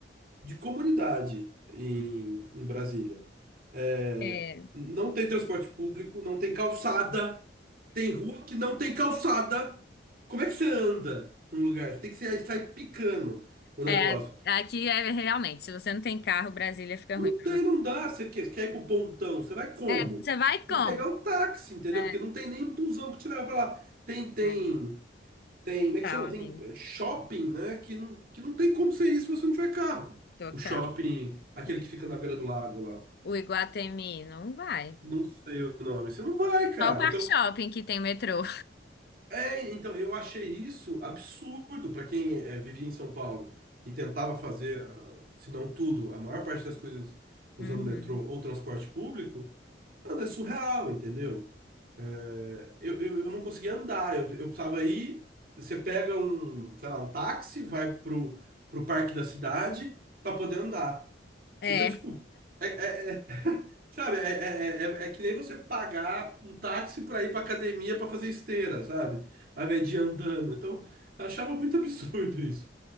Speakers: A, on the right; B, on the left.
A: de comunidade em, em Brasília. É,
B: é,
A: não tem transporte público, não tem calçada, tem rua que não tem calçada. Como é que você anda num lugar? Você tem que sair, sair picando o negócio.
B: é, aqui é realmente, se você não tem carro, Brasília fica
A: Não
B: ruim pra
A: tem,
B: você.
A: não dá. Você quer, quer ir pro pontão, você vai como?
B: É, você vai como?
A: Tem que pegar um táxi, entendeu?
B: É,
A: Porque não tem nem busão que te leva pra lá. Tem, tem.
B: é,
A: Tem, como é que
B: total,
A: chama?
B: amigo.
A: Tem eh, shopping, né? Que não, que não tem como ser isso se você não tiver carro.
B: Total.
A: O shopping, aquele
B: E
A: que fica na beira do lago lá.
B: O Iguatemi não vai.
A: Não sei o nome. Você não vai, cara.
B: Só o Parque
A: Então,
B: Shopping que tem metrô.
A: é, então eu achei isso absurdo para quem eh, vivia em São Paulo e tentava fazer, ah, se não tudo, a maior parte das coisas usando
B: Uhum.
A: metrô ou transporte público. Mano, é surreal, entendeu? É, Eu, eu, eu não conseguia andar, eu, eu precisava ir. Você pega um, sei lá, um táxi, vai pro, pro parque da cidade para poder andar.
B: É,
A: Então, tipo,
B: é,
A: é, é- é- sabe, é, é, é, é é que nem você pagar um táxi para ir pra academia para fazer esteira, sabe? Ao invés de ir andando. Então, eu achava muito <laughs> absurdo isso.